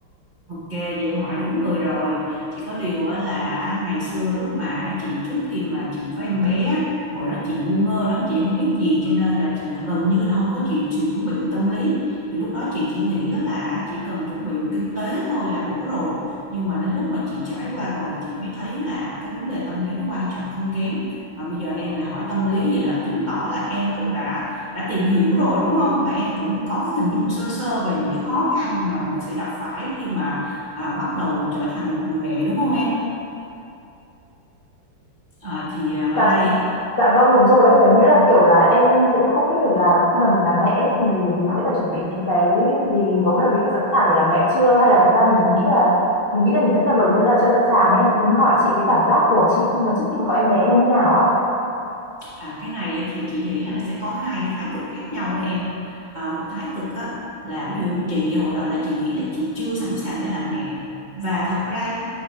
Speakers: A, on the right (about 40°); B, on the left (about 45°).
A: Ok, vậy em hỏi đúng người rồi. Chỉ có điều á là ngày xưa lúc mà chị trước khi mà chị có em bé, á, hồi đó chị ngu ngơ lắm, chị không biết gì cho nên là chị gần như là không có chị sự chuẩn bị về tâm lý. Vì lúc đó chị chỉ nghĩ á là chỉ cần chuẩn bị về kinh tế thôi là đủ rồi. Nhưng mà đến lúc mà chị trải qua rồi chị mới thấy là cái vấn đề tâm lý nó quan trọng không kém. Mà bây giờ em là hỏi tâm lý vậy là chứng tỏ là em cũng đã đã tìm hiểu rồi đúng không? Và em cũng có cái hình dung sơ sơ về những cái khó khăn mà mình sẽ gặp phải khi mà à, bắt đầu trở thành một người mẹ đúng không em? À, thì à, ở
B: dạ
A: đây
B: dạ vâng đúng rồi đấy có nghĩa là kiểu là em cũng không biết được là khi mà mình làm mẹ ấy thì mình sẽ phải chuẩn bị những cái gì có nghĩa là mình đã sẵn sàng để làm mẹ chưa hay là thật ra mình, mình nghĩ là mình nghĩ là mình sẵn sàng rồi nhưng thật ra là chưa sẵn sàng nên em cũng muốn hỏi chị cái cảm giác của chị khi mà trước khi mà có em bé nó như nào á
A: À, cái này thì chị nghĩ là nó sẽ có hai thái cực khác nhau đó em. À, một thái cực á, là ví dụ như chị hồi đó là chị nghĩ là chị chưa sẵn sàng để làm mẹ và thật ra